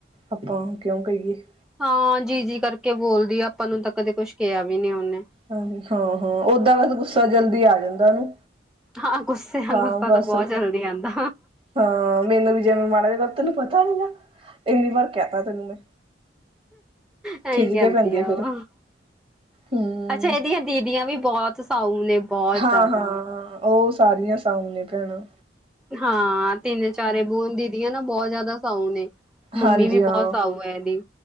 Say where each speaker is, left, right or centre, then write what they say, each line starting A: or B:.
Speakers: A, on the right; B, in the centre.
A: ਆਪਾਂ ਕਿਉਂ ਕਹੀਏ।
B: ਹਾਂ ਜੀ ਜੀ ਕਰਕੇ। ਬੋਲਦੀ ਆਪਾਂ ਨੂੰ ਤਾਂ ਕਦੇ ਕੁੱਛ। ਕਿਹਾ ਵੀ ਨਹੀਂ ਉਹਨੇ।
A: ਹਾਂ ਹਾਂ ਹਾਂ ਓਦਾਂ ਬਸ ਗੁੱਸਾ। ਜਲਦੀ ਆ ਜਾਂਦਾ, ਉਹਨੂੰ।
B: ਹਾਂ ਗੁੱਸੇ
A: ਹਾਂ
B: ਗੁੱਸਾ
A: । ਬਸ,
B: ਤਾਂ ਬਹੁਤ ਜਲਦੀ ਆਉਂਦਾ
A: ਹਾਂ । ਮੈਨੂੰ ਵੀ ਜਿਵੇਂ ਮਾੜਾ ਜਿ, ਕਰ ਤੈਨੂੰ ਪਤਾ ਨੀ ਨਾ। ਇੰਨੀ ਵਾਰ ਕਹਿ ਤਾਂ, ਤੈਨੂੰ ਮੈਂ
B: ਐਈ।
A: ਖਿਝ
B: ਕਹਿੰਦੀ
A: ਕੇ ਪੈਂਦੀ
B: ਆ,
A: ਫਿਰ
B: ਉਹ
A: ਹੂੰ
B: ਅੱਛਾ ਇਹਦੀਆ ਦੀਦੀਆਂ ਵੀ ਬਹੁਤ ਸਾਊ ਨੇ ਬਹੁਤ
A: ਹਾਂ,
B: ਜ਼ਿਆਦਾ
A: ਹਾਂ। ਉਹ ਸਾਰੀਆਂ ਸਾਊ ਨੇ ਭੈਣਾ
B: ਹਾਂ ਤਿੰਨ ਚਾਰੇ ਬੂ, ਦੀਦੀਆਂ ਨਾਂ ਬਹੁਤ ਜ਼ਿਆਦਾ ਸਾਊ ਨੇ ਮੰਮੀ
A: ਹਾਂਜੀ
B: ਵੀ ਬਹੁਤ
A: ਹਾਂ
B: ਸਾਊ ਹੈ, ਇਹਦੀ।